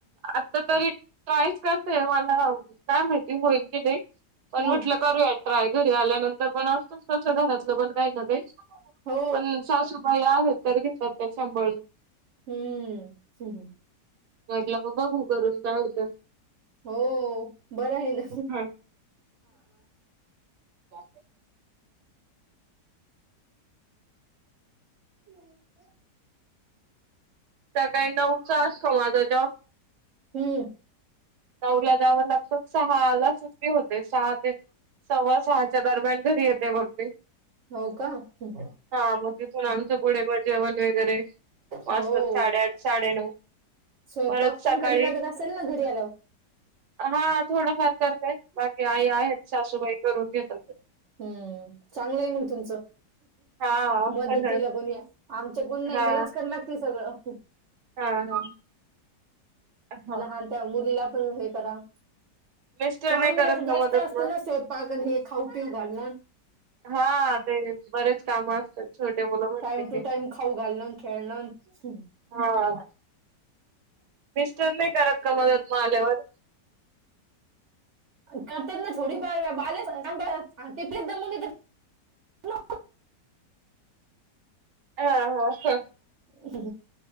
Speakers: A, on the right; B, on the right.
A: आता तरी ट्रायच करतेय मला ह काय माहिती होईल की नाही पण
B: हं.
A: म्हटलं करूया. रा्रय घरी आल्यानंतर पण असतोच त पण काही न का
B: हो.
A: पण सासूबाई आहेत तर घेतात त्या सांभाळून.
B: हं. हं.
A: म्हटलं मग बघू करून काय होतं.
B: हो बर आहे ना.
A: हं हो.
B: हम्.
A: त्या काही न उचा असतो माझा जॉब
B: हम्म.
A: नऊला जावन लात सहा ला सुटी होते सहा ते सव्वा सहाच्या दरम्यान घरी येते मगमी
B: हो का? हं.
A: हा मग तिथून
B: हं.
A: आमचं पुढे मग जेवण वगैरे वातात
B: हो.
A: साडेआठ साडे नऊ
B: स्वयंपाक
A: परत
B: पण
A: सकाळी
B: करायला लागत असेल ना घरी आल्यावर?
A: हा थोडफार करतेय बाकी आई आहेत सासूबाई करून घेत
B: हम्म चांगलं आहे मग तुमचं
A: हा
B: मदत
A: हा
B: तिला कोण या आमच्या कोण नाही
A: हा
B: मलाच क लागते सगळं
A: हा हा
B: लहान त्या मुरलीला करा
A: मिस्टर
B: लहान
A: नाही
B: मुला
A: करत
B: जास्त
A: का मदत
B: असते
A: मग
B: ना स् खाऊ गल
A: हा ते बरेच काम असतात छोटे मुलं म्हटले
B: टाइम
A: क
B: टू टाइम खाऊ घालणं, खेळणं.
A: हा
B: <inaudible>
A: मिस्टर नाही करत का मदत म आल्यावर
B: करतात ना थोडीफार बाले तिथलेच दमली ह
A: हा ह ह
B: अ